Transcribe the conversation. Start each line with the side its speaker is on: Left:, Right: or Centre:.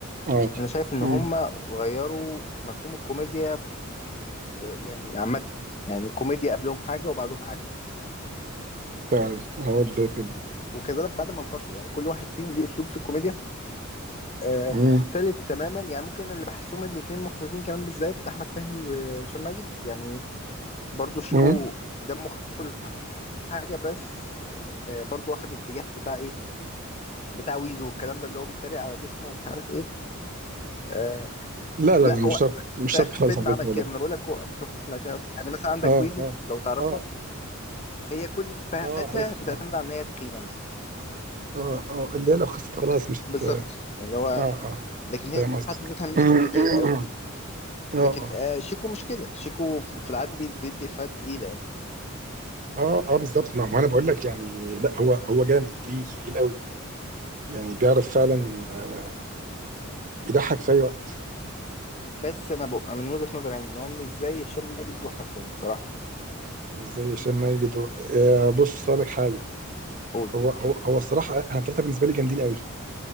Right: اه
Left: أنا شايف إن
Right: امم
Left: هما غيروا مفهوم الكوميديا في يعني عامة يعني الكوميديا قبلهم حاجة وبعدهم حاجة
Right: فعلا انا برضه شايف كده
Left: وكذلك بعد ما انفصلوا يعني كل واحد فيهم ليه أسلوب في الكوميديا آه،
Right: امم
Left: مختلف تماما يعني ممكن اللي بحسهم الاتنين مختلفين كمان بالذات أحمد فهمي وهشام ماجد يعني برضو شيكو
Right: امم
Left: دمه خفيف وكل حاجة بس آه، برضو واخد اتجاه بتاع إيه بتاع ويزو والكلام ده اللي هو بيتريق على جسمه ومش عارف إيه آه،
Right: لا لا
Left: لا
Right: لا
Left: هو
Right: مش شرط
Left: ف-
Right: مش
Left: في
Right: شرط
Left: اخر
Right: خالص
Left: فيلم
Right: على
Left: عمل
Right: فكرة والله
Left: كده ما انا بقول لك هو انا شفت سمعت يعني مثلا عندك
Right: اه
Left: ويزو
Right: اه
Left: لو تعرفها
Right: اه
Left: هي كل افيهاتها
Right: اه عارفها
Left: بتعتمد
Right: اه
Left: على ان هي تخينه مثلا
Right: اه اه اللي هي لو خسرت خلاص مش هت-
Left: بالظبط
Right: اه
Left: يعني هو
Right: اه
Left: لكن هي
Right: فاهم
Left: في
Right: قصدك
Left: حد ذاتها مش
Right: <clears throat>
Left: كوميديه قوي
Right: اه
Left: لكن
Right: اه
Left: آه شيكو مش كده شيكو في في العادي بي- بيدي افيهات تقيله يعني
Right: اه اه بالظبط ما ما انا بقول لك يعني لا هو هو جامد تقيل تقيل قوي يعني بيعرف فعلا آه، يضحك في اي وقت
Left: بس انا بقى من وجهه نظري يعني ان هو مش زي هشام ماجد واحمد فهمي بصراحه
Right: مش زي هشام ماجد و... آه، بص اقول لك حاجه
Left: قول
Right: هو هو هو الصراحه انا الثلاثه بالنسبه لي جامدين قوي